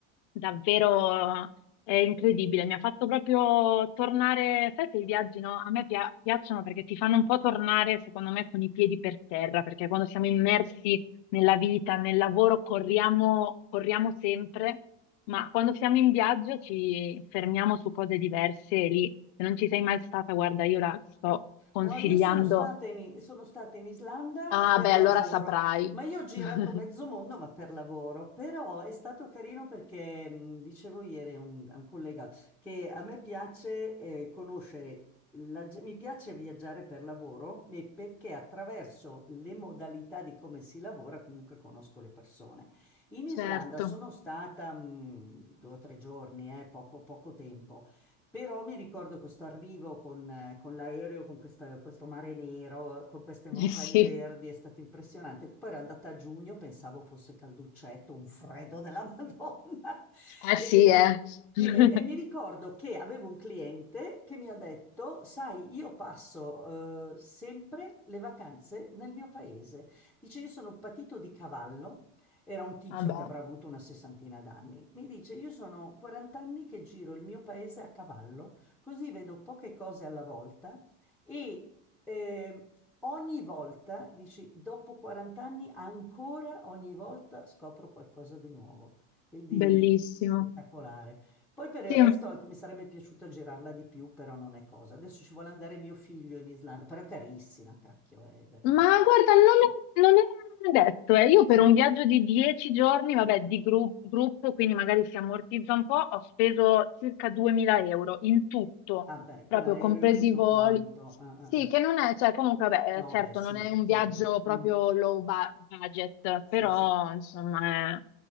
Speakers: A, on the left (about 55°); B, in the centre.
A: davvero è incredibile, mi ha fatto proprio tornare, sai che i viaggi no? A me pia- piacciono perché ti fanno un po' tornare, secondo me, con i piedi per terra, perché quando siamo immersi nella vita, nel lavoro, corriamo, corriamo sempre, ma quando siamo in viaggio ci fermiamo su cose diverse e lì, se non ci sei mai stata, guarda, io la sto consigliando.
B: No, io sono stata in, sono stata in Islanda
A: Ah,
B: per
A: beh,
B: lavoro,
A: allora saprai.
B: ma io ho girato
A: <laughs>
B: mezzo mondo, ma per lavoro. Però è stato carino perché, mh, dicevo ieri a un, a un collega, che a me piace eh, conoscere, la ge- mi piace viaggiare per lavoro e perché attraverso le modalità di come si lavora comunque conosco le persone. In Islanda
A: Certo,
B: sono stata mh, due o tre giorni, eh, poco, poco tempo. Però mi ricordo questo arrivo con, eh, con l'aereo, con questa- questo mare nero, con queste montagne
A: Eh sì,
B: verdi, è stato impressionante. Poi ero andata a giugno, pensavo fosse calduccetto, un freddo della <laughs> Madonna.
A: eh
B: E,
A: sì, eh.
B: sì,
A: <laughs>
B: e- e mi ricordo che avevo un cliente che mi ha detto, sai, io passo eh, sempre le vacanze nel mio paese. Dice, io sono un patito di cavallo era un tizio
A: Vabbè,
B: che avrà avuto una sessantina d'anni. Mi dice: Io sono 40 anni che giro il mio paese a cavallo, così vedo poche cose alla volta e ehm, ogni volta, dici, dopo 40 anni, ancora ogni volta scopro qualcosa di nuovo. Quindi
A: bellissimo.
B: spettacolare. Poi per il
A: Sì.
B: resto, ecco, mi sarebbe piaciuto girarla di più, però non è cosa. Adesso ci vuole andare mio figlio in Islanda, però è carissima, cacchio, è veramente.
A: Ma guarda, non è, non è detto, eh. Io per un viaggio di 10 giorni, vabbè, di gru- gruppo, quindi magari si ammortizza un po', ho speso circa 2000 euro in tutto,
B: Ah beh,
A: proprio
B: con aereo
A: compresi
B: e tutto
A: i voli.
B: quanto. ah, ah,
A: Sì,
B: ah.
A: che non è, cioè comunque, vabbè,
B: No,
A: eh, certo,
B: beh, sì,
A: non è
B: è fattibile.
A: un viaggio proprio
B: Mm,
A: low ba- budget,
B: sì,
A: però
B: sì.
A: insomma, è-